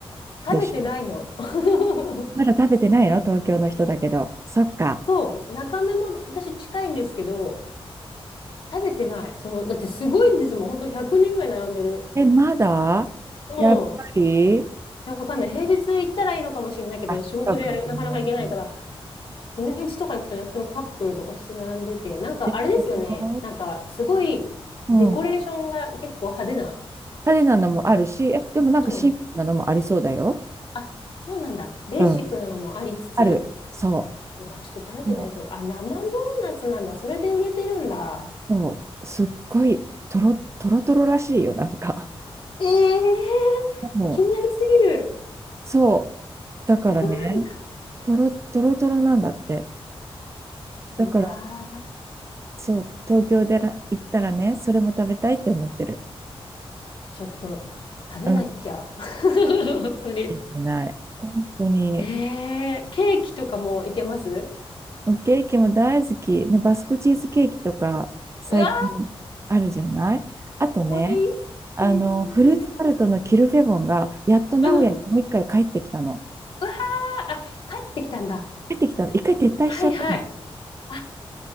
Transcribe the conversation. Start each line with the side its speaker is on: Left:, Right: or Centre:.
Left: 食べてないの。
Right: でしょ。
Left: <laughs>
Right: まだ食べてないの東京の人だけど。そっか。
Left: そう、中目も私近いんですけど、食べてない。その、だってすごいんですもん。本当100人ぐらい並んでる。
Right: え、まだやっぱり
Left: うん。いやわかんない。平日行ったらいいのかもしれないけど、
Right: あ、
Left: 仕事でなかなか行けないから、
Right: そうかもね。
Left: 土日とか行くとね、普通のカップルとか普通並んでて、なんかあれですよね。
Right: でしょ
Left: なんかすごいデコレーションが結構派手な。
Right: うん。派手なのもあるし、え、でもなんかシンプルなのもありそうだよ。
Left: うん。あ、そうなんだ。ベーシックなのもありつつ、
Right: うん。ある。そ
Left: うわ、ちょっと食べてみないと。
Right: う。も
Left: あ、生ドーナツなんだ。それで売れてるんだ。
Right: う、そう。すっごい、とろ、とろとろらしいよ、なんか。
Left: ええー気になりすぎる。
Right: もう、そう。だからね、
Left: トロトロなんだ。
Right: とろ、とろとろなんだって。
Left: うわー、
Right: だから、そう、東京でら行ったらね、それも食べたいって思ってる。
Left: ちょっと食べなきゃ。
Right: うん。
Left: <laughs> 本当に。
Right: できない。本当に。
Left: ええー、ケーキとかもいけます
Right: ケーキも大好き。ね、バスクチーズケーキとか最近
Left: うわ
Right: あるじゃないあとね、
Left: ー、美味しいね。
Right: あの、フルーツタルトのキルフェボンがやっと名古屋にもう一回帰ってきたの。
Left: うん。うわー、あ、帰ってきたんだ。
Right: 帰ってきたの。一回撤退しちゃったの。
Left: はいはい。あ、